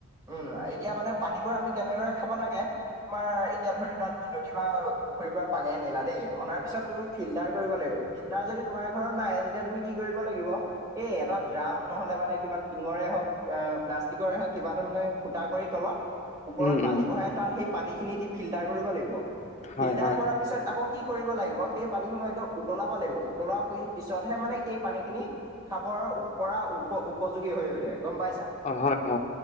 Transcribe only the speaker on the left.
উম,
উম,
হয়,
হয়।
অ', হয়-হয়।